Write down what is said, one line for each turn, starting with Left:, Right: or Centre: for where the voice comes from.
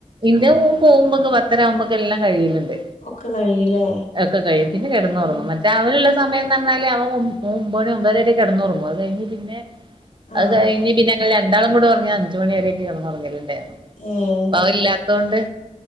Right: ഇന്റ മോൻ പോവുമ്പൊക്കെ പത്തരാവുമ്പൊക്ക എല്ലാം കഴിയലിണ്ട്
Left: ഒക്കെ കഴിയൂല്ലേ
Right: എക്കെ കഴിയും പിന്നെ കെടന്നൊറങ്ങും
Left: ഉം
Right: മറ്റ രാവിലുള്ള സമയം ന്താന്നാല് അവൻ ഒമ് ഒമ് ഒമ്പത് മണി ഒമ്പതര കെടന്നൊറങ്ങും അത് കഴിഞ്ഞ് പിന്നെ
Left: ആഹ്
Right: അത് കഴിഞ്ഞ് പിന്നെ ഞങ്ങള് രണ്ടാളും കൂടെ ഒറങ്ങി അഞ്ചു മണി വരെയൊക്കെ കെടന്ന് ഒറങ്ങലിണ്ടായിരുന്നു
Left: ആഹ്
Right: അവനില്ലാത്തോണ്ട്